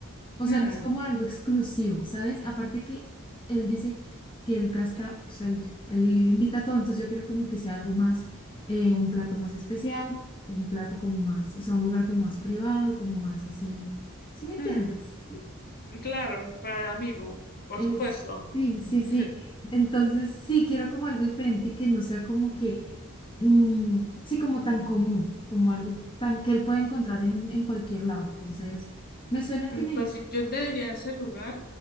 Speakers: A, on the left; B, on the left.
A: O sea,
B: Mm,
A: no es como algo exclusivo, ¿sabes? Aparte que él dice que él gasta, o sea, él, él invita a todo, entonces yo quiero como que sea algo más, eh, un plato más especial, un plato como más, o sea, un lugar como más privado, como más así, ¿sí me entiendes?
B: mm, Claro, para el amigo, por
A: Es,
B: supuesto.
A: sí, sí,
B: <laughs>
A: sí. Entonces, sí, quiero como algo diferente y que no sea como que, mm, sí, como tan común, como algo tan que él puede encontrar en, en cualquier lado. Entonces, me suena el
B: Mm,
A: que me
B: Pues sí, yo te diría ese lugar,